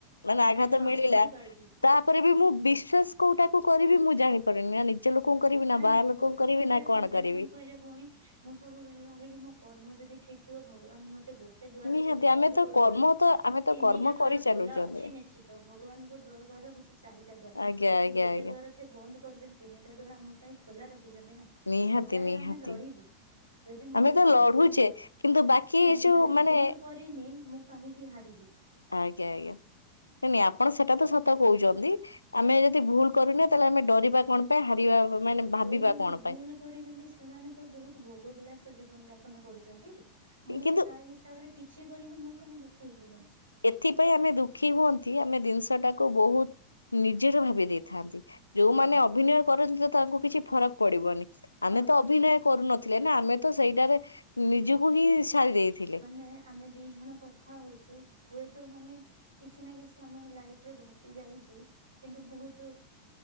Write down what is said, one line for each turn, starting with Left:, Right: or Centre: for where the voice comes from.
Left: ମାନେ ଆଘାତ
Right: ହଁ
Left: ମିଳିଲା
Right: ବୁଝିପାରୁଛି
Left: ତାପରେ ବି ମୁଁ ବିଶ୍ଵାସ କୋଉଟା କୁ କରିବି ମୁଁ ଜାଣିପାରୁନି। ଲୋକଙ୍କୁ କରିବି
Right: ନାଇଁ
Left: ନା ବାହାର
Right: ମୁଁ
Left: ଲୋକଙ୍କୁ
Right: ସବୁବେଳେ
Left: କରିବି ନା
Right: ଭାବେ
Left: କରିବି।
Right: କଣ କହିଲେ ଭଉଣୀ ମୁଁ ସବୁବେଳେ ଭାବେ କିି ମୋ କର୍ମ ଯଦି ଠିକ୍ ଥିବ ଭଗବାନ ମତେ ଗୋଟ ଗୋଟେ ଦୁଆର
Left: ନିହାତି
Right: ଯଦି ବନ୍ଦ
Left: ଆମେ ତ
Right: କରୁଛନ୍ତି
Left: କର୍ମ ତ ଆମେ ତ
Right: ତିନିଟା
Left: କର୍ମ
Right: ଦ୍ଵାର
Left: କରି
Right: ଖୋଲା
Left: ଚାଲୁଚନ୍ତି।
Right: ଅଛି ନିଶ୍ଚିତ ଭଗବାନଙ୍କୁ ଦୁଆର ହଉଛି ଚାରିଟା ଦ୍ଵାର
Left: ଆଜ୍ଞା
Right: ଯଦି
Left: ଆଜ୍ଞା
Right: ଗୋଟେ
Left: ଆଜ୍ଞା
Right: ଦ୍ଵାର ସେ ବନ୍ଦ କରିଛନ୍ତି ତିନିଟା ଦ୍ଵାର ଆମ ପାଇଁ ଖୋଲା ରଖିଛନ୍ତି ନା
Left: ନିହାତି
Right: ସେ ଯାଏ
Left: ନିହାତି
Right: ଆମେ ଲଢିବୁ। ଯଦି ମୁଁ
Left: ଆମେ
Right: ବୁ
Left: ତ ଲଢୁଛେ।
Right: ଭୁଲ ନାଇଁ
Left: କିନ୍ତୁ ବାକି ଏ
Right: ମୁଁ
Left: ଯୋଉ
Right: ଯଦି
Left: ମାନେ
Right: ଭୁଲ କରିନି ମୁଁ କାହିଁକି ହାରିବି।
Left: ଆଜ୍ଞା ଆଜ୍ଞା ନାଇ ନାଇ ଆପଣ ସେତା ଟା ତ ସତ କହୁଛନ୍ତି ଆମେ ଯଦି ଭୁଲ କରୁନେ ତାହେଲେ ଆମେ ଡରିବା କଣ ପାଇଁ ହାରିବା ମାନେ ଭାବିବା
Right: ଯୋଉମାନେ
Left: କଣ
Right: ଭୁଲ
Left: ପାଇଁ।
Right: କରିଛନ୍ତି ସେମାନେ ତ ବହୁତ ଭୋଗ ବିଳାସ ଜୀବନ ଜାପନ କରୁଛନ୍ତି। ମୁଁ
Left: କିନ୍ତୁ
Right: ତ ତା ହିସାବରେ କିଛି କରିନି ମୁଁ କାହିଁ ଦୁଖୀ ହେଇକି ବଞ୍ଚିବି।
Left: ଏଥିପାଇଁ ଆମେ ଦୁଃଖୀ ହୁଅନ୍ତି ଆମେ ଜିନିଷ ଟାକୁ ବହୁତ ନିଜେର ଭାବି ଦେଇଥାନ୍ତି। ଯୋଉମାନେ
Right: ହଁ
Left: ଅଭିନୟ କରନ୍ତି ତ ତାଙ୍କୁ କିଛି ଫରକ ପଡିବନି।
Right: ହଁ
Left: ଆମେ ତ
Right: ସତ
Left: ଅଭିନୟ
Right: କଥା
Left: କରୁନଥିଲେ ନା ଆମେ ତ ସେଇଟାରେ ନିଜକୁ
Right: ହଁ
Left: ହିଁ ସାରି ଦେଇଥିଲେ।
Right: ମାନେ ଆମେ ଦି ଜଣ କଥା ହଉଛୁ ହୁଏ। ତ ମାନେ କିଛି ନା କିଛି ଆମ ଲାଇଫ୍ ରେ ଘଟି ଯାଇଛି କିନ୍ତୁ ବୁହୁତୁ